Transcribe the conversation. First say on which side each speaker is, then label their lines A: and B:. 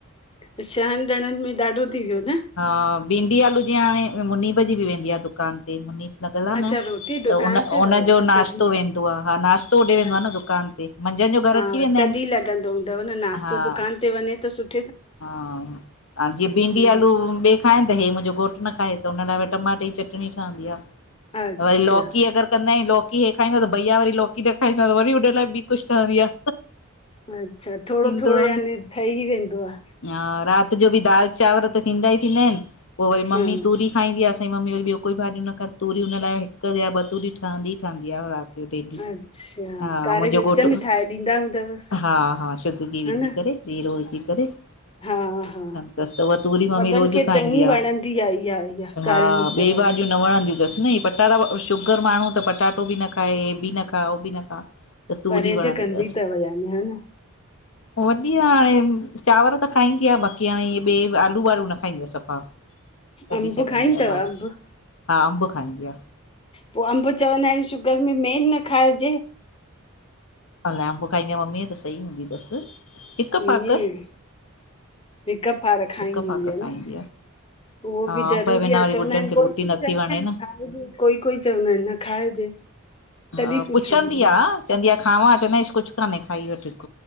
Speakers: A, on the left; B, on the left.
A: त छहनि ॼणनि में ॾाढो थी वियो न?
B: हा, भिंडी-आलू जीअं हाणे मुनिब जी बि वेंदी आ दुकान ते मुनि लॻिल आ
A: अच्छा
B: न,
A: रोटी दुकान
B: त उन-
A: ते वयव
B: उनजो नाश्तो
A: तॾहिं
B: वेंदो आ। हा नाश्तो उॾे वेंदो
A: अच्छा
B: आ न दुकान ते। मंझंदि जो घर
A: हा
B: अची वेंदा
A: तॾहिं
B: आहिनि
A: लॻंदो हूंदव न, नाश्तो
B: हा
A: दुकान ते वञे त सुठ
B: हा जीअं भिंडी-
A: हम्म
B: आलू ॿे खाइनि त हे मुंहिंजो घोटु न खाए, त हुन लाइ टमाटे जी चटणी ठहंदी आ,
A: अच्छा
B: वरी लोकी अगरि कंदा आहियूं लोकी हे खाईंदो त भईया वरी लोकी न खाईंदो आ, त वरी हुन लाइ बि कुछ ठहंदी आ।
A: अच्छा,
B: थींदो
A: थोड़ो- थोड़ो यानी
B: आ न
A: ठही वेंदो आ।
B: हा, राति जो बि दालि -चांवर त थींदा ई थींदा आहिनि। पोइ वरी
A: हा
B: मम्मी तूरी खाईंदी आहे असांजी मम्मी वरी ॿियो कोई भाॼी न, तूरी हुन लाइ हिकु या ॿ तूरी ठहंदी ई ठहंदी आ राति डेली
A: अच्छा
B: हा,
A: कारे
B: मुंहिंजो
A: मिर्च
B: घोटु
A: में ठाहे ॾींदा हूंदवसि
B: हा-हा शुद्ध गिहु
A: हा
B: विझी
A: न
B: करे। ज़ीरो विझी करे
A: हा
B: सुठी
A: हा
B: ठंहदी तसि त उहा तूरी मम्मी
A: वॾनि
B: रोज़
A: खे
B: खाईंदी
A: चङी वणंदी
B: आ।
A: आहे इहा इहा कारे
B: हा
A: मिर्च
B: ॿि
A: वारी
B: भाॼियूं न वणंदी तसि न, ही पटाटा शुगर माण्हूं त पटाटो बि न खाए, हे बि न खा- हो बि न खा। त तूरी
A: परहेज
B: वणंदी
A: कंदी
B: तसि,
A: अथव यानी हा न
B: वॾी हाणे चांवर त खाईंदी आ बाक़ी हाणे, इअं ॿे आलू-वारू न खाईंदी आ सफ़ा। कढी
A: अम्बु
B: छॾंदी
A: खाईंदी
B: आहे
A: तवि
B: भाॼी
A: अम्बु?
B: हा, अम्बु खाईंदी आ।
A: पो अंब चवंदा आहिन शुगर में मेन न खाइजे।
B: अलाए अम्ब खाईंदीअ मम्मीअ त सही हूंदी अथसि हिक
A: ईअं
B: पाक।
A: हिक फार
B: हिकु
A: खाईंदी हूंंदी
B: फाक
A: आ
B: खाईंदी
A: न
B: आहे
A: उहो
B: हा
A: बि
B: अंब
A: ज़रूरी
B: जे बिना
A: आहे
B: वरी
A: चवंदा
B: ॿुढनि
A: आहिन
B: खे रोटी
A: कोई चवंदा
B: नथी वणे
A: आहिन
B: न
A: खाइ कोई कोई चवंदा आहिन न खाइजे तॾहिं
B: हा
A: पुछंदीमांव
B: पुछंदी आ चवंदी आ खाववा चवंदा आ कुछ कान्हे खाई वठ